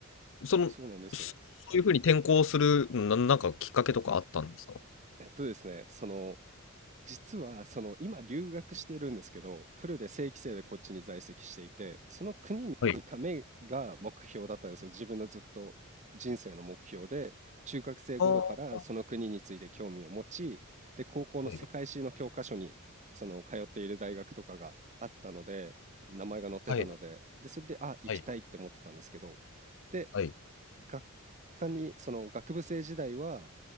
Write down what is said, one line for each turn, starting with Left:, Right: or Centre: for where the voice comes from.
Left: その、
Right: そうなんですよ。
Left: そそういうふうに転校する、な、なんかきっかけとかあったんですか
Right: えっとですね、その、実は、その、今留学してるんですけど、フルで正規生でこっちに在籍していて、その国に来るためが目標だったんですよ。
Left: はい。
Right: 自分のずっと人生の目標で、中学生頃からその国について興味を持ち、
Left: ああ、は
Right: で、高校の世界史の教科書に、
Left: い、
Right: その、通っている大学とかがあったので、名前が載ってたので、
Left: はい、
Right: で、それで、あ、行きたいって思ってたんですけど、
Left: はい、
Right: で、
Left: はい、
Right: 学科に、その学部生時代は、